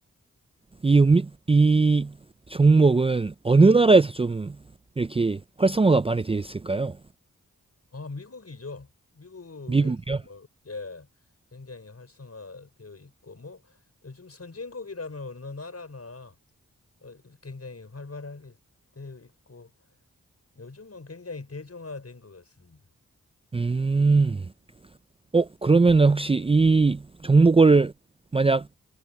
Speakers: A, on the right; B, on the left.
A: 이 음이 이 종목은 어느 나라에서 좀 이렇게 활성화가 많이 되어 있을까요?
B: 아, 미국이죠. 미국에서
A: 음. 미국이요?
B: 뭐, 예, 굉장히 활성화되어 있고, 뭐, 요즘 선진국이라면 어느 나라나 어, 굉장히 활발하게 되어 있고, 요즘은 굉장히 대중화된 것 같습니다.
A: 음, 어 그러면 혹시 이 종목을 만약